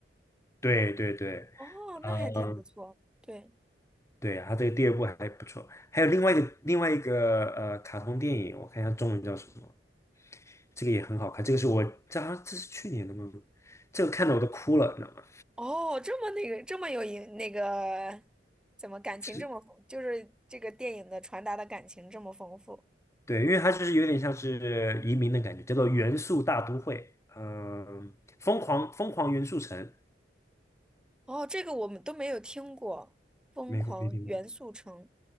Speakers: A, on the left (about 15°); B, in the centre.
A: 对对对，
B: 哦，
A: 嗯。
B: 那还挺不错。对。
A: 对呀，他这个第二部还不错，还有另外一个另外一个呃卡通电影，我看一下中文叫什么，这个也很好看，这个是我这好像这是去年的吗？这个看的我都哭了，你知道吗？
B: 哦，这么那个，这么有影那个，怎么感情这么丰就是这个电影的传达的感情这么丰富。
A: 是，对，因为它就是有点像是移民的感觉，叫做《元素大都会》，嗯、疯狂疯狂元素城，
B: 哦，这个我们都没有听过，《疯狂元素城》。
A: 美国移民。